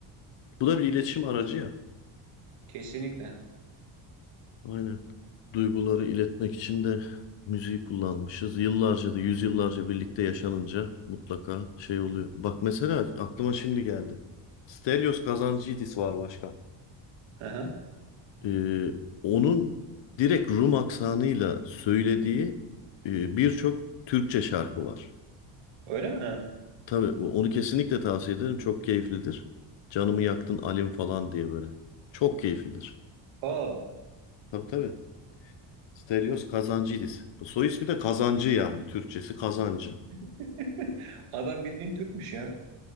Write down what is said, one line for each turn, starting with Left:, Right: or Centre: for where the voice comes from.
Left: Bu da bir iletişim aracı ya.
Right: Kesinlikle.
Left: Aynen. Duyguları iletmek için de müziği kullanmışız. Yıllarca da yüzyıllarca birlikte yaşanınca mutlaka şey oluyor. Bak mesela aklıma şimdi geldi. Stelios Kazantzidis var başkan.
Right: Hı hı.
Left: Ee, onun direkt Rum aksanıyla söylediği e, birçok Türkçe şarkı var.
Right: Öyle mi?
Left: Tabii o- onu kesinlikle tavsiye ederim. Çok keyiflidir. Canımı yaktın Alim falan diye böyle. Çok keyiflidir.
Right: Aa,
Left: Tabii tabii. Stelios Kazancıydis. Bu soy ismi de Kazancı yani. Türkçesi Kazancı.
Right: <laughs> adam bildiğin Türkmüş ya.